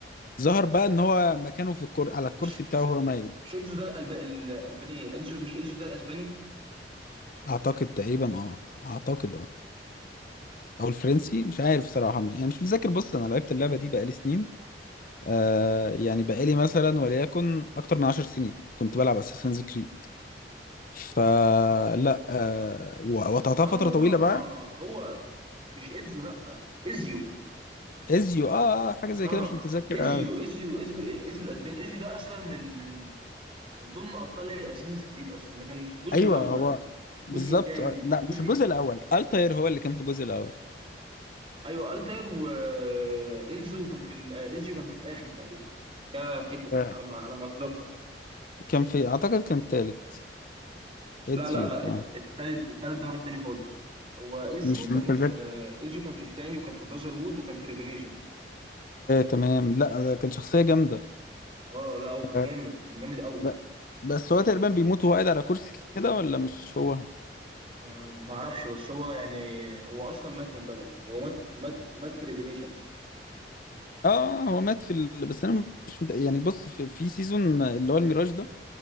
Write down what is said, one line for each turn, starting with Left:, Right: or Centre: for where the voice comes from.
Left: ظهر بقى ان هو مكانه في الكر... على الكرسي
Right: مش
Left: بتاعه هو مايل
Right: مش انزو ده الألب... الالباني ايه انزو مش انزو ده الاسباني
Left: اعتقد تقريبا اه اعتقد اه او الفرنسي مش عارف صراحه مش يعني مش متذكر بص انا لعبت اللعبه دي بقالي سنين آه يعني بقالي مثلا وليكن اكتر من 10 سنين كنت بلعب اساسنز كريد فلا آه و- وقطعتها
Right: اه
Left: فتره طويله بقى
Right: هو مش انزو لا ازيو
Left: ازيو اه آه، حاجه زي
Right: اه
Left: كده مش متذكر
Right: ازيو
Left: آه
Right: ازيو ازيو, إزيو الاسباني ازيو ده اصلا من من من ضمن ابطال لعبه اساسن كريد اصلا ده كان في الجزء
Left: ايوه
Right: الاول
Left: هو
Right: في الجزء
Left: بالظبط
Right: الثاني
Left: آه، لا
Right: في الجزء
Left: مش الجزء الاول التاير هو اللي كان في الجزء الاول
Right: ايوه التر وانزو كان في ال- ازيو كان في الاخر تقريبا ده في حته
Left: آه.
Right: على ما على ما اتذكر
Left: كان في اعتقد كان التالت ازيو
Right: لا لا لا الت-
Left: اه
Right: التالت التالت ده واحد تاني خالص هو ازيو
Left: مش
Right: كان
Left: متذكر
Right: آه، ازيو كان في التاني وكان في براذر هود وكان في ريفيليشنز
Left: تمام لا ده كان شخصيه جامده
Right: اه لا هو كان
Left: آه،
Right: جامد كان جامد قوي
Left: ب- بس هو تقريبا بيموت وهو قاعد على كرسي كده ولا مش هو
Right: ما ما اعرفش بس هو يعني هو اصلا مات من بدري هو مات مات مات في ريفيليشنز
Left: اه هو مات في ال... بس انا مش مت- يعني بص في, في سيزون اللي هو الميراج ده